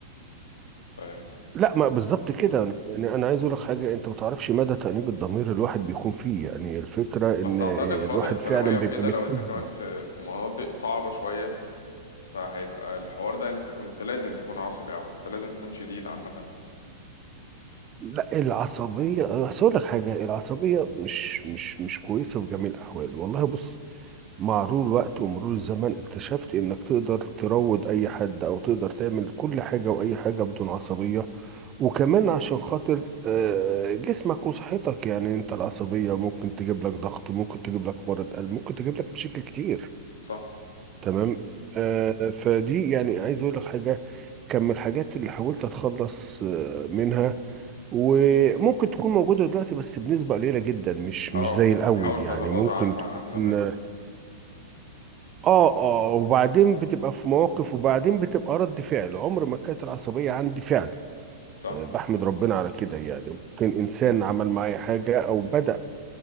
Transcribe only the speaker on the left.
فاهم
بس اعتقد فترة
الثانوية
وكده
لو انت كمان في في مناطق صعبة شوية فهيبقى الحوار ده انت كنت لازم تكون عصبي او كنت لازم تكون شديد عامة
صح
اه
بتحاول
تتغاضى
عنها
عن زمان
صح